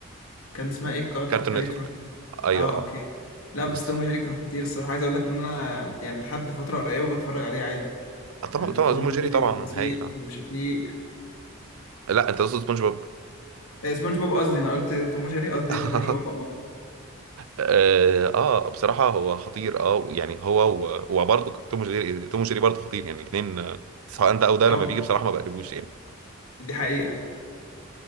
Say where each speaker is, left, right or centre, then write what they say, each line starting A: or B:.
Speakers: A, on the left; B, on the right.
A: كان اسمها ايه كار- كارتون
B: كارتون نتورك
A: نتورك
B: ايوه
A: اه
B: اه
A: اوكي لا
B: بس
A: بس توم وجيري كان خطير الصراحه عايز اقول لك ان انا يعني لحد فتره قريبه بتفرج عليه عادي
B: آه، طبعا
A: آه،
B: طبعا
A: توم
B: توم وجيري
A: وجيري
B: طبعا
A: وبسيط
B: هايل اه
A: وشفيق
B: لا انت تقصد سبونج بوب
A: آه، سبونج بوب قصدي انا قلت توم وجيري قصدي
B: <laughs>
A: سبونج بوب اه
B: اه آه، بصراحه هو خطير اه يعني هو و- وبرضه توم وجيري توم وجيري برضه خطير يعني الاثنين سواء ده او ده
A: اه
B: لما بيجي بصراحه ما بقلبوش يعني
A: دي حقيقة